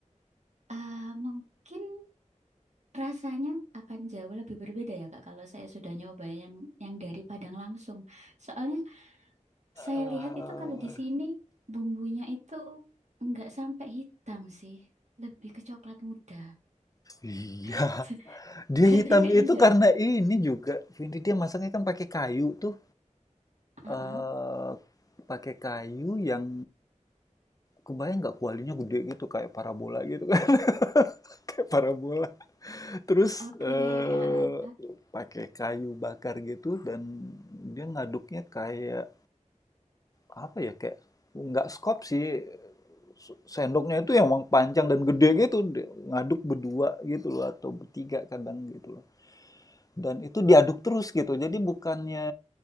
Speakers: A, on the right; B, on the left.
A: eh, mungkin rasanya akan jauh lebih berbeda ya Kak kalau saya sudah nyoba yang yang dari Padang langsung. Soalnya saya
B: Eh,
A: lihat itu kalau di sini bumbunya itu nggak sampai hitam sih, lebih ke coklat muda.
B: iya,
A: <laughs>
B: dia
A: Jadi
B: hitam
A: kayaknya
B: itu
A: aja.
B: karena ini juga. Vindi dia masaknya kan pakai kayu tuh.
A: Heeh.
B: eh pakai kayu yang kebayang nggak kualinya gede gitu kayak parabola gitu kan <laughs> kayak parabola terus
A: Oke,
B: eh
A: heeh.
B: pakai kayu bakar gitu dan dia ngaduknya kayak apa ya kayak nggak skop sih sendoknya itu yang emang panjang dan gede gitu Dia ngaduk berdua gitu loh atau bertiga kadang gitu loh dan itu diaduk terus gitu jadi bukannya